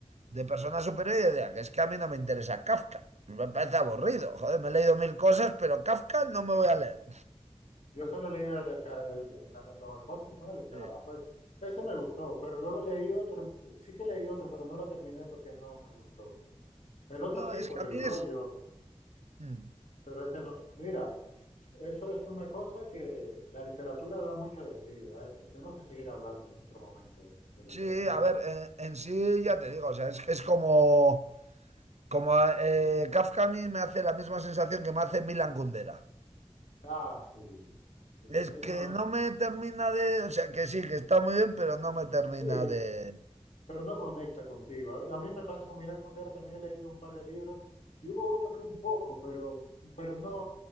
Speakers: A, on the right; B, on the left.
A: de personas superiores y decía que es que a mí no me interesa Kafka. Me parece aburrido. Joder, me he leído mil cosas, pero Kafka no me voy a leer.
B: yo solo he leído el escara- el- el- la metamorfosis, ¿no? El escarabajo.
A: Sí.
B: es- Ese me gustó, pero luego leí otro, sí que leí otro, pero no lo terminé porque no me gustó. El otro
A: No,
B: sí,
A: es
B: por
A: que a
B: el
A: mí
B: rollo
A: es... Mm.
B: Pero ese no. Mira, eso es una cosa que la literatura da mucho de sí. Hay- tenemos que seguir hablando en otro momento de literatura.
A: Sí, a ver, eh, en, sí ya te digo, o sea, es que es como... Como eh, Kafka a mí me hace la misma sensación que me hace Milan Kundera.
B: Ah, sí, sí.
A: Es
B: Es
A: que
B: una-
A: no me termina de... O sea, que sí, que está muy bien, pero no me termina
B: sí,
A: de...
B: pero no conecta contigo. A a mí me pasa con Milán Kundera, también he leído un par de libros y hubo uno que un poco, pero, pero no.